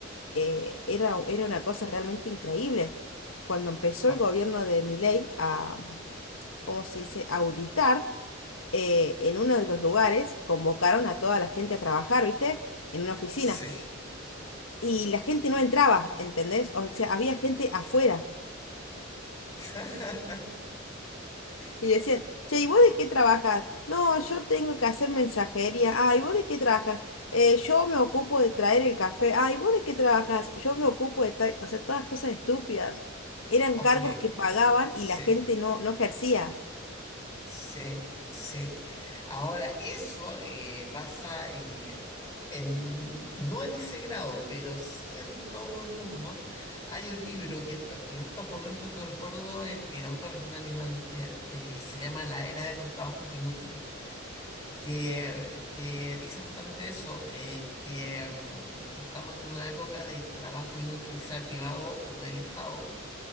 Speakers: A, on the left; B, on the left.
A: eh, era, era una cosa realmente increíble. Cuando empezó
B: Ah,
A: el gobierno de Milei a, ¿cómo se dice?, auditar, eh, en uno de los lugares convocaron a toda la gente a trabajar, ¿viste? En una oficina.
B: sí.
A: Y la gente no entraba, ¿entendés? O sea, había gente afuera.
B: <laughs>
A: Y decían, che, ¿y vos de qué trabajas? No, yo tengo que hacer mensajería. Ah, ¿y vos de qué trabajas? "Eh, yo me ocupo de traer el café. Ah, ¿y vos de qué trabajas? Yo me ocupo de traer... O sea, todas cosas estúpidas. Eran
B: Ojo
A: cargos
B: que,
A: que pagaban
B: eh, sí.
A: y la gente no, no ejercía.
B: Sí, sí. Ahora, eso eh, pasa eh, en, no en ese grado, pero sí en todo el mundo. Hay un libro que eh, en estos momentos no recuerdo, el, el autor es un alemán que eh, se llama La era de los trabajos inútiles, que, que dice justamente eso, eh, que mm, estamos en una época de trabajo inútil, sea privado o del Estado